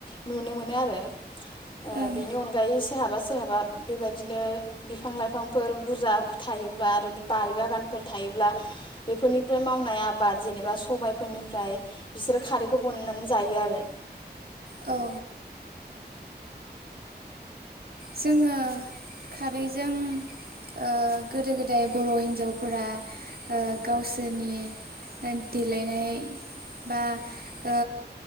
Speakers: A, on the left (about 30°); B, on the right (about 60°).
A: नुनो मोनो आरो। ओ
B: ओं
A: बिनि अनगायै सोहाबा सो सोरहाबा बेबायदिनो बिफां लाइफांफोर बुरजा थायोब्ला आरो बारि बागानफोर थायोब्ला बेफोरनिफ्राय मावनाय आबाद जेनेबा सबायाइफोरनिफ्राय बिसोर खारैखौ बनायनानै जायो आरो।
B: औ जोंङो खारैजों ओ गोदो गोदाय बर' हिन्जावफोरा ओ गावसोरनि देलायनाय बा ओ